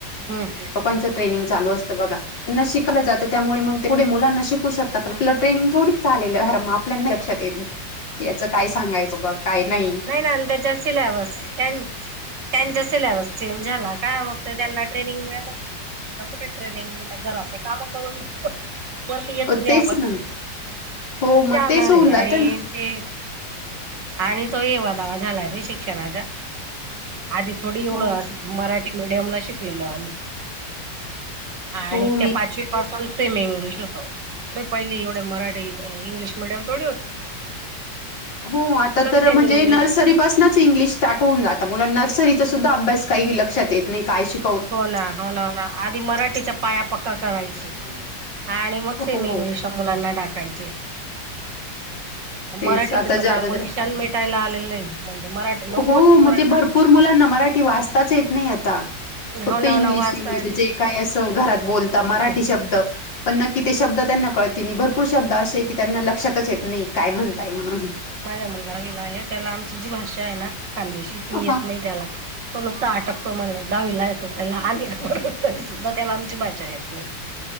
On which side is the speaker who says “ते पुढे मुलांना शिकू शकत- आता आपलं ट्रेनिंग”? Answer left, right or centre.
Left